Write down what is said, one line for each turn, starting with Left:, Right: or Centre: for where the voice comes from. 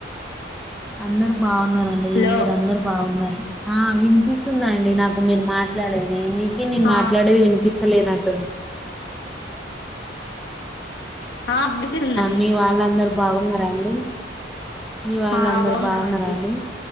Centre: అందరు బాగున్నార అండి
Left: హలో
Centre: మీర అందరు బాగున్నారు ఆ వినిపిస్తుందండి నాకు మీరు మాట్లాడేది మీ అందుకే నేను
Left: ఆ
Centre: మాట్లాడేది వినిపిస్తలేనట్టు
Left: ఆ వినిపిస్తుందండి
Centre: మీ వాళ్ళందరు బాగున్నారా అండి మీ వాళ్ళు
Left: ఆ
Centre: అందరు
Left: బాగున్నామండి
Centre: బాగున్నారా అండి